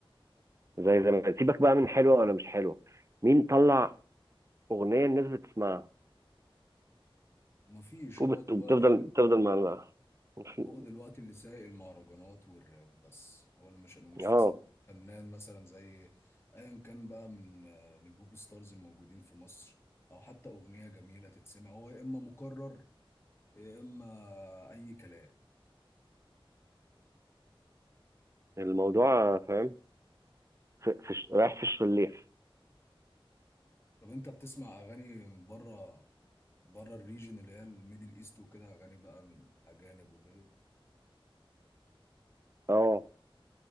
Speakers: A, on the right (about 30°); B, on the left (about 25°).
A: زي زمان سيبك بقى من حلوة ولا مش حلوة مين طلع اغنية الناس بتسمعها
B: مفيش هو
A: وبت-
B: دلوقتي
A: وبتفضل بتفضل معلقة وفي
B: هو دلوقتي اللي سايق المهرجانات والراب بس هو اللي مش انه مش
A: يعني
B: فاس-
A: اه
B: فنان مثلا زي ايا كان بقى من من البوب ستارز الموجودين في مصر او حتى اغنيه جميله تتسمع هو يا اما مكرر يا اما اي كلام
A: الموضوع فاهم في... في... ش- رايح في الشليح
B: طب انت بتسمع اغاني من بره بره الريجن اللي هي الميدل ايست وكده اغاني بقى من اجانب وكده
A: اه